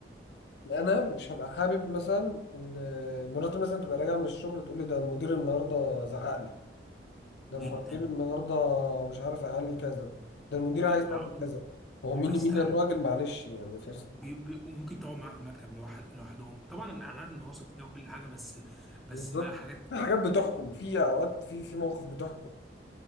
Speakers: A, on the left; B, in the centre.
A: انا مش هبقى حابب مثلا ان مراتي مثلا تبقى راجعه من الشغل تقول لي ده المدير النهارده زعق لي ده
B: جدا
A: المدير النهارده مش عارف قال لي كذا ده المدير
B: ك-
A: عايز
B: وع-
A: يعمل كذا هو مين
B: وبيستحمل
A: مين الراجل معلش يعني في
B: بي- بي- وممكن تقعد معاه في المكتب لوحد لوحدهم طبعا انا عارف ان واثق فيها وكل حاجه بس بس
A: بالظبط
B: بقى حاجات
A: في حاجات بتحكم في اوقات في في مواقف بتحكم